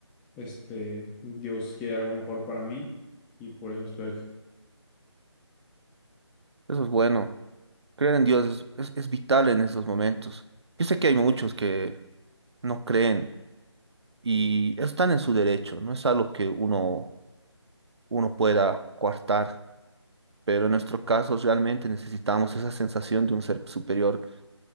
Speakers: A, in the centre; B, on the right (about 65°).
A: este Dios quiere algo mejor para mí y por eso estoy aquí.
B: Eso es bueno. Creer en Dios es, es es vital en esos momentos. Yo sé que hay muchos que no creen y están en su derecho, no es algo que uno uno pueda coartar, pero en nuestro caso realmente necesitamos esa sensación de un ser superior.